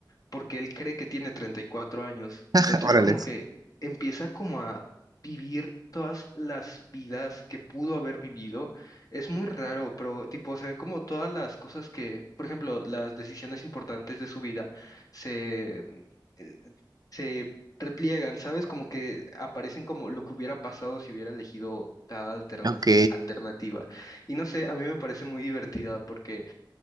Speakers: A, on the left; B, on the right.
A: porque él cree que tiene 34 años. Entonces
B: <laughs> Órales.
A: como que empieza como a vivir todas las vidas que pudo haber vivido. Es muy raro, pero tipo se ve como todas las cosas que, por ejemplo, las decisiones importantes de su vida se, mm, eh, se repliegan, ¿sabes? Como que aparecen como lo que hubiera pasado si hubiera elegido cada alterna-
B: Ok,
A: alternativa. Y no sé, a mí me parece muy divertida porque